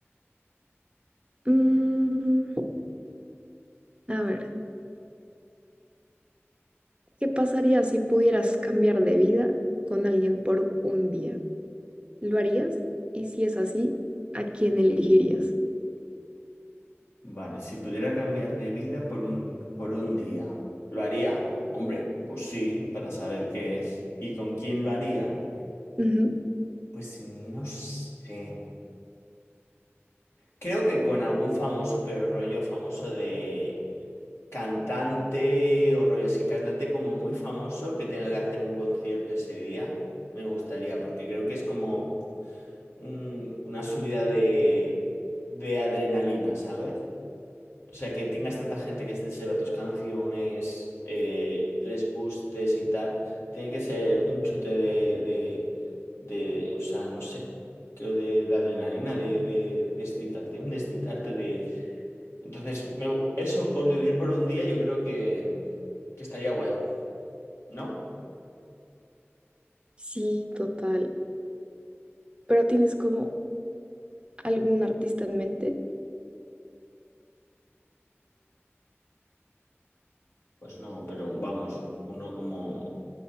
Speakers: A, on the right (about 20°); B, on the left (about 65°).
A: Mm, a ver, ¿qué pasaría si pudieras cambiar de vida con alguien por un día? ¿Lo harías? Y si es así, ¿a quién elegirías?
B: Vale, si pudiera cambiar de vida por un, por un día, ¿lo haría? Hombre, pues sí, para saber qué es. ¿Y con quién lo haría?
A: Ujú.
B: Pues no sé. Creo que con algún famoso, pero rollo famoso de cantante o rollo así, cantante como muy famoso que tenga que hacer un concierto ese día, me gustaría, porque creo que es como... un- una subida de, de adrenalina, ¿sabes? O sea, que tengas tanta gente que se sepa tus canciones, eh, les gustes y tal, tiene que ser un chute de, de, de, o sea, no sé, creo de, de adrenalina, de, de, de excitación, de excitarte, de... Entonces, me- eso por vivir por un día yo creo que, que estaría guay, ¿no?
A: Sí, total. Pero tienes como algún artista en mente.
B: Pues no, pero vamos, uno como...